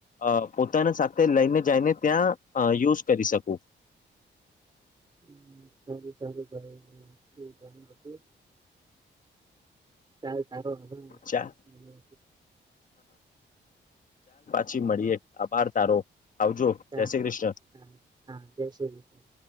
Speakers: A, on the left; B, on the right.
A: અ પોતાના સાથે લઈને જઈને ત્યાં યુઝ કરી શકું.
B: હ હ સારું સારું ભાઈણ હતું. ચાલ સારો હ
A: ચા
B: મને
A: છી મળીએ. આભાર તારો આવજો
B: ચાલ
A: જય શ્રી કૃષ્ણ.
B: ચાલ. હા જય શ્રી કૃષ્ણ